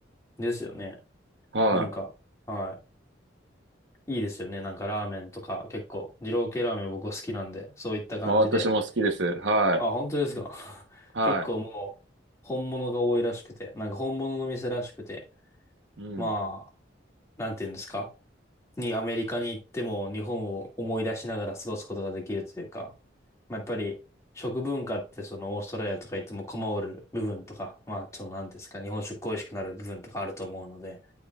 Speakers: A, on the left; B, on the right.
A: ですよね。
B: あ、
A: なんか、はい。いいですよね。なんかラーメンとか結構、二郎系ラーメン僕は好きなんで、そういった感じで。
B: 私も好きです。は
A: あ、本当ですか。<laughs>
B: い。は
A: 結構もう、本物が多いらしくて、なんか本物の店らしくて、
B: い。うん。
A: まあ、なんていうんですか。にアメリカに行っても日本を思い出しながら過ごすことができるというか、まあ、やっぱり食文化ってそのオーストラリアとか行っても困る部分とか、まあそのなんていうんですか、日本食恋しくなる部分とかあると思うので、